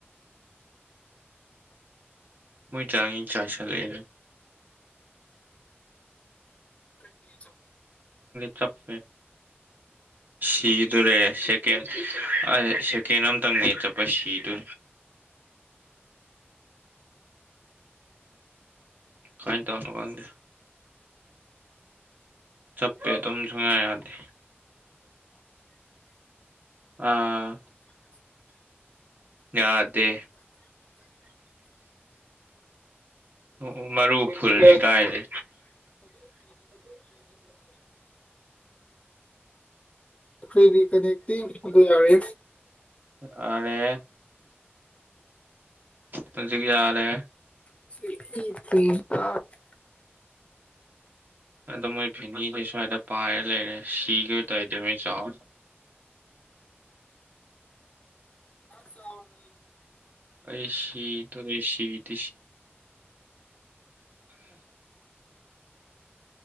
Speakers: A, on the right (about 45°); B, on the left (about 30°).
A: ꯃꯣꯏ ꯆꯥꯡꯉ ꯆꯥ ꯆ ꯂꯩꯔꯦ
B: ꯀꯩꯅꯤ ꯆ
A: ꯆꯞꯄꯦ ꯁꯤꯗꯨꯔꯦ ꯁꯦꯀꯦꯟ ꯑ ꯁꯦꯀꯦꯟ ꯑꯇꯪꯅꯦ ꯆꯠꯄ ꯁꯤꯗꯨ ꯀꯥꯏ ꯇ ꯋꯥꯅꯣ ꯋꯥꯗꯦ ꯆꯠꯄꯦ ꯑꯗꯨꯝ ꯁꯨꯡꯉꯥꯏ ꯌꯥꯗꯦ ꯑꯥ ꯌꯥꯗ ꯑꯣ ꯃꯔꯨ ꯐꯨꯜꯁꯦ ꯀꯥꯏꯁꯦ
B: ꯈ꯭ꯔꯦ ꯔꯤꯀꯅꯦꯛꯇꯤ ꯑꯗꯨ ꯌꯥꯔꯦ
A: ꯌꯥꯔꯦ ꯍꯧꯖꯤꯛ ꯌꯥꯔꯦ
B: <inaudible> <inaudible>
A: ꯑꯗꯣ ꯃꯣꯏ ꯐꯦꯅꯤꯁꯦ ꯁꯨꯋꯥꯏꯗ ꯄꯥꯏꯔ ꯂꯩꯔꯦ ꯁꯤꯈꯤꯕ ꯑꯣꯏ ꯇꯔꯗꯤ ꯃꯣꯏ ꯆꯥꯎ
B: ꯆꯥꯎꯗꯨ
A: ꯑꯩ ꯇꯅꯦꯁꯤꯠꯠ